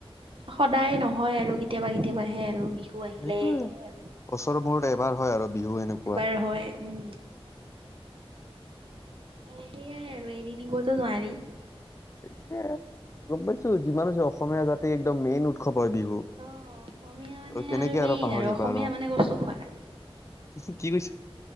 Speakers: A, on the right; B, on the left.
A: সদায় নহয় আৰু কেতিয়াবা কেতিয়াবাহে আৰু বিহু আহিলে
B: সেইটোয়ে
A: আৰু
B: বছৰৰ মহুৰৰত এবাৰ হয় আৰু বিহু এনেকুৱা
A: এবাৰ হয় উম অ, সেইয়াই আৰু এৰি দিবতো নোৱাৰি।
B: এইটোৱে গম পাইছো যিমান হৈছে অসমীয়া জাতিৰ একদম মেইন উৎসৱ। হয় বিহু ত
A: অ', অসমীয়া মানে
B: কেনেকে
A: মেইন
B: আৰু পাহৰিবা
A: অসমীয়া
B: আৰু।
A: মানে কচু খোৱা।
B: কি কৈছা।